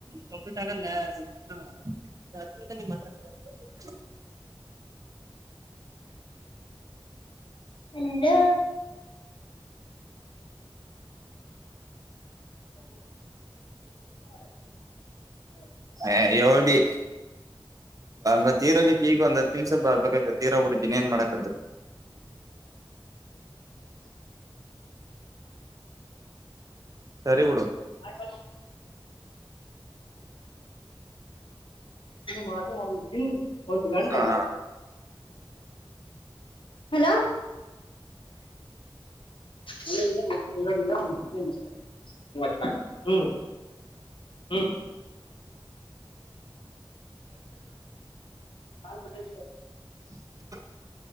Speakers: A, on the right; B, on the left.
A: <inaudible>
B: ಹೆಲೋ <unintelligible>
A: ಹ ಹೇಳ್ತಿ ಮತ್ತ ಈರೋಗಿ ಈಗ ಒಂದ ಹ ನಿಮಸ ಬೇಕ್ತ ತೀರ ಹುಟ್ಟಿದ್ದೀನ ಏನ್ ಮಾಡಕದು
B: <unintelligible>
A: ಸರಿ ಬಿಡು
B: ಆಕ ಮಾಡಾರು ಒಂದು ಗಂಟೆೆಯ
A: ಹಾ
B: ಹಲ <unintelligible> ಮ ಏ ದ ಮೂವತ್ ಹ್ಮ್ ಹ್ಮ ಹ ಎ
A: <unintelligible>